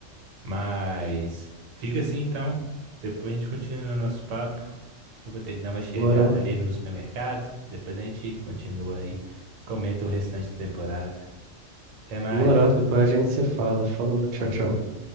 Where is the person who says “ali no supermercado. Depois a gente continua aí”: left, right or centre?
Right